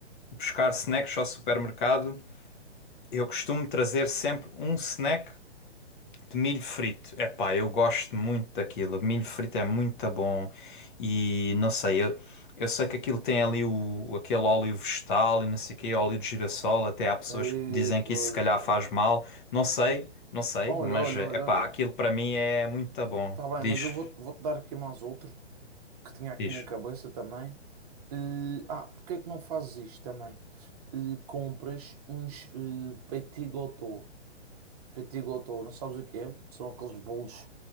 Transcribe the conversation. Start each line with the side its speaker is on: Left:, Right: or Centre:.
Left: buscar snacks ao supermercado, eu costumo trazer sempre um snack de milho frito. Epá, eu gosto muito daquilo. Milho frito é muito bom e não sei, eu, eu sei que aquilo tem ali o, aquele óleo vegetal e não sei o quê, óleo de girassol, até há pessoas
Right: E,
Left: que dizem que
Right: pois,
Left: isso se calhar faz
Right: ó,
Left: mal. Não sei, não sei,
Right: olha,
Left: mas
Right: olha,
Left: epá,
Right: olha, olha.
Left: aquilo para mim é muito bom.
Right: Está bem,
Left: Diz,
Right: mas eu vou, vou-te dar aqui mais outro que tinha aqui
Left: diz.
Right: na cabeça também. E, ah, porque é que não fazes isto também? E compras uns eh, petit gâteau. Petit gâteau, não sabes o que é? São aqueles bolos.